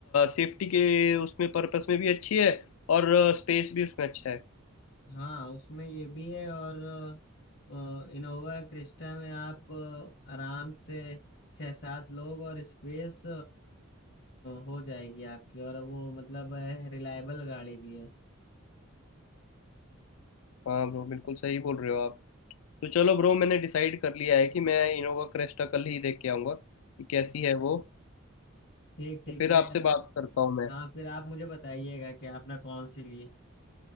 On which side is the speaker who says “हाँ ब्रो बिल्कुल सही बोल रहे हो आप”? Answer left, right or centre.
Left